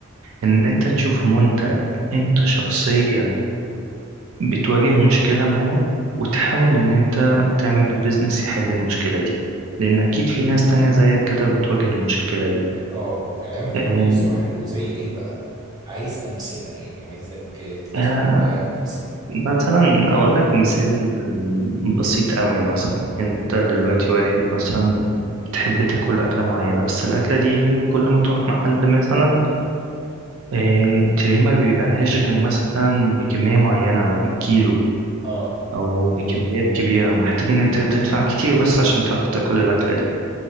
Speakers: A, on the right; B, on the right.
A: إن أنت تشوف منتج أنت شخصيا بتواجه مشكلة معاه وتحاول إن أنت تعمل بيزنس يحل المشكلة دي لأن أكيد في ناس تانية زيك كده بتواجه المشكلة دي
B: اه كلام كويس
A: آه،
B: وحلو زي ايه بقى عايز امثله يعني عايزك آه، تقترح
A: آه،
B: لي امثله
A: مثلا أقول لك مثال بسيط قوي مثلا أنت دلوقتي واحد مثلا بتحب تاكل أكلة معينة بس الأكلة دي كل ما تروح محل مثلا آه، تلاقيه ما بيبيعهاش غير مثلا بكمية معينة أو بالكيلو
B: اه
A: أو بكميات كبيرة محتاج إن أنت تدفع كتير بس عشان تعرف تاكل الأكلة دي